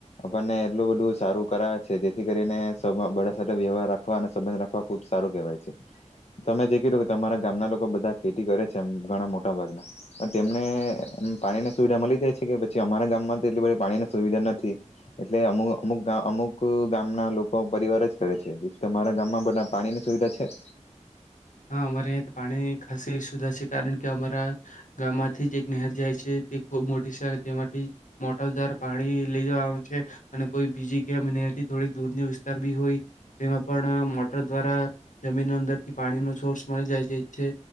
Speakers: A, on the left; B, on the left.
A: આપણને એટલું બધું સારું કરાવે છે જેથી કરીને બધા સાથે વ્યવહાર રાખવા અને સંબંધ રાખવા ખુબ સારું કેહેવાય છે તમે જે કીધું તમારા ગામના લોકો બધા ખેતી કરે છેમ ઘણા મોટા ભાગના પણ તેમને પાણીની સુવિધા મળી જાય છે કે પછી અમારા ગામમાં તો એટલી બધી પાણીની સુવિધા નથી એટલે અમુ અમુક અમુક ગામના લોકો પરિવાર જ કરે છે તમારા ગામમાં બધા પાણીની સુવિધા છે
B: હા અમારે અહિયાં પાણીની ખાસી સુવિધા છે કારણ કે અમારા ગામમાંથી જ એક નહેર જાય છે તે ખૂબ મોટી છે તેમાંથી મોટર દ્વારા પાણી લઈ જેવા આવે છે અને કોઈ બીજી કેમ નહેર થી થોડી દૂરની વિસ્તાર બી હોય તેમાં પણ મોટર દ્વારા જમીન ના અંદર પાણીનો સોર્સ મળી જાય છે છે